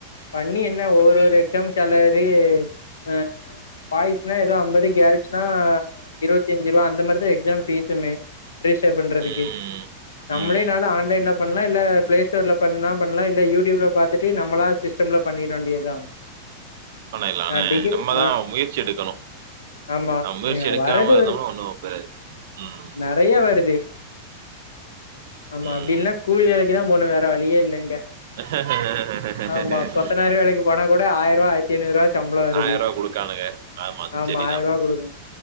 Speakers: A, on the left; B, on the right.
A: பண்ணி என்ன ஒவ்வொரு ஒரு எக்ஸாம் செலரி அ பாய்ஸ்னா எதோ அம்பது கேல் அ இருவத்தி அஞ்சுருவா அந்த மரிதா எக்ஸாம் ஃபீஸுமே ரீஸ்டர் பண்றதுக்கு
B: ம்,
A: நம்ளே
B: ம்.
A: நாலு ஆன்லைன்ல பண்ணலா இல்ல ப்ளேஸ் ஸ்டர்ல பண்ணா பண்லா இல்ல யூட்யூப்ல பாத்துட்டு நம்மளா சிஸ்டம்ல பண்ணிட வேண்டியதா
B: பண்ணைலான
A: நா டிகிரி
B: நம்மதா
A: ஆ
B: முயற்சி எடுக்கணு
A: ஆமா
B: அ முயற்சி எடுக்காம
A: வரது
B: இருந்தோம்னா ஒன்னு பெறாது ம்
A: நையா வருது ஆமா
B: ம்.
A: அப்டி இல்னா கூலி வேலக் கிதா போனு வேற வழியே இல்ல இங்க
B: இன்
A: ஆமா
B: ஆடியபிள்
A: கொத்தனார் வேலைக்கு போனா கூட ஆயருவா ஆயர்த்தி ஐநூறு சம்ள வருது
B: ஆயிர ரூவா குடுக்கானுங்க அதுவு
A: ஆமா
B: சரிதா
A: ஆயருபா குடுக்கணு